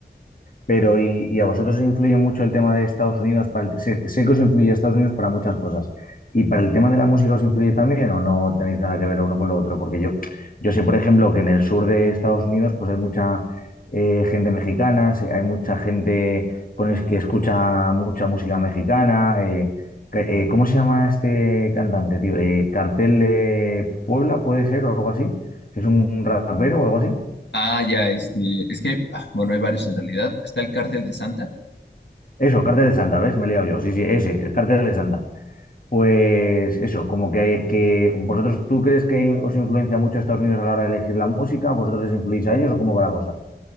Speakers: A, on the left; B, on the left.
A: Pero, ¿y, y a vosotros os influye mucho el tema de Estados Unidos? para el- sé, sé que os influye Estados Unidos para muchas cosas. ¿Y para el tema de la música os influye también o no tenéis nada que ver lo uno con lo otro? Porque yo, yo sé, por ejemplo, que en el sur de Estados Unidos pues hay mucha eh, gente mexicana, sí, hay mucha gente con el que escucha mucha música mexicana. eh, ca- eh, ¿cómo se llama este cantante, tío? Eh, Cartel de Puebla, puede ser, o algo así. ¿Es un rapero o algo así?
B: Ah, ya, este, es que, ah, bueno, hay varios en realidad. Está el Cártel de Santa.
A: Eso, Cartel de Santa, ¿ves? Me he liado yo. Sí, sí, ese, el Cartel de Santa. Pues eso, como que, que vosotros, ¿tú crees que os influencia mucho Estados Unidos a la hora de elegir la música? ¿Vosotros les influís a ellos o cómo va la cosa?